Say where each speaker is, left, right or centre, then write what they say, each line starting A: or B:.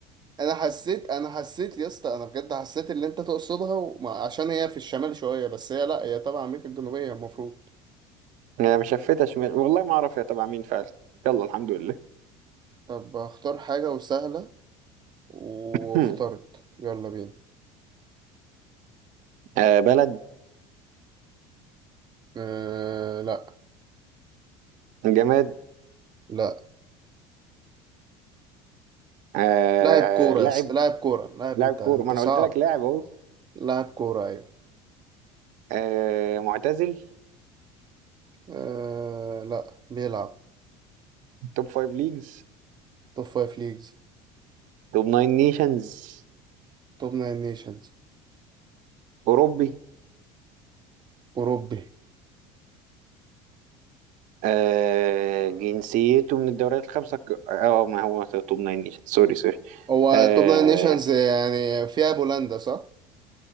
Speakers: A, on the right; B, on the right.
A: انا حسيت انا حسيت يا اسطى انا بجد حسيت اللي انت تقصدها وما... عشان هي في الشمال شويه بس هي لا هي تبع امريكا الجنوبيه المفروض
B: انا مشفتها شمال والله ما اعرف هي تبع مين فعلا يلا الحمد لله
A: طب اختار حاجه وسهله واخترت
B: <laughs>
A: يلا بينا
B: آه، بلد
A: أه لا
B: جماد
A: لا
B: آه
A: لاعب كورة
B: لاعب
A: يا اسطى لاعب كورة لاعب
B: لاعب
A: انت
B: كورة
A: انت
B: ما انا
A: صعب
B: قلت لك لاعب اهو
A: لاعب كورة ايوه
B: آه معتزل
A: أه لا بيلعب
B: توب فايف ليجز
A: توب فايف ليجز
B: توب ناين نيشنز
A: توب ناين نيشنز
B: اوروبي
A: أوروبي
B: آه جنسيته من الدوريات الخمسة الك- اه آه، ما هو توب ناين نيشنز سوري سوري
A: هو
B: آه
A: توب ناين نيشنز يعني فيها بولندا صح؟